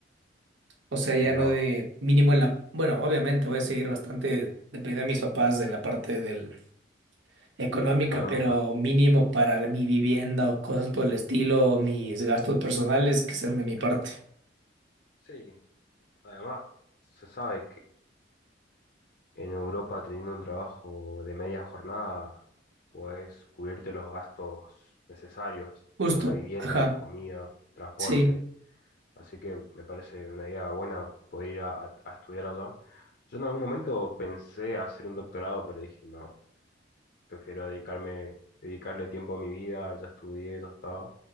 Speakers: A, on the right; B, on the left.
A: O sea, ya
B: mirá
A: no
B: vos.
A: de mínimo en la... Bueno, obviamente voy a seguir bastante dependiendo de mis papás en la parte del económica,
B: Económica.
A: pero mínimo para mi vivienda o cosas por el estilo, mis gastos personales que sean de mi parte.
B: Sí, además se sabe que en Europa teniendo un trabajo de media jornada podés cubrirte los gastos necesarios, como
A: Justo,
B: una vivienda,
A: ajá.
B: comida, transporte.
A: Sí,
B: Así que me parece una idea buena poder ir a, a- a estudiar allá. Yo en algún momento pensé hacer un doctorado, pero dije, no, prefiero dedicarme, dedicarle tiempo a mi vida, ya estudié, ya está.